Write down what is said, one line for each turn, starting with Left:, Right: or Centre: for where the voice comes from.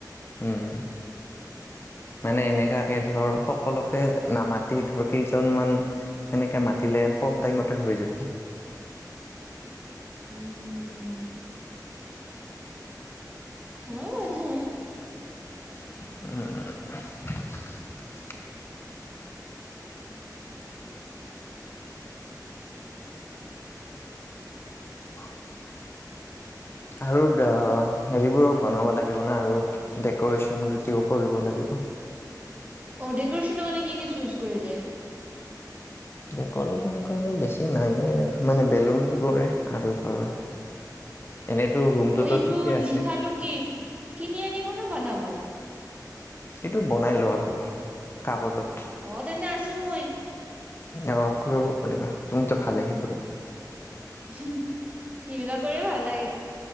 Left: উম, মানে এনেকাকে ধৰ সকলোকে নামাতি ধৰ কেইজনমান এনেকে মাতিলে কম টাইমতে হৈ যাব।
Right: উম হয় <unintelligible>
Left: <inaudible> <inaudible> আৰু হেৰিবোৰ বনাব লাগিব ন আৰু ডেক'ৰেচন গোটেও কৰিব লাগিব।
Right: অ', ডেক'ৰেচনৰ কাৰণে নে কি কি চুজ কৰিলে?
Left: ডেকৰেচনৰ কাৰণে বেছি নানো মানে বেলুন <unintelligible> আৰু <unintelligible> ৰুমটোতো
Right: অ' ইটো
Left: ঠিকে আছে
Right: লিখাটো কি, কিনি আনিব নে বনাব?
Left: এইটো বনাই লোৱা হ'ব, কাগজত।
Right: অ' তেন্তে আছোঁ মই।
Left: অ', কৰিব পাৰিবা। তুমিতো ভালে সেইবোৰত।
Right: <inaudible> সেইবিলাক কৰিয়ে ভাল লাগে।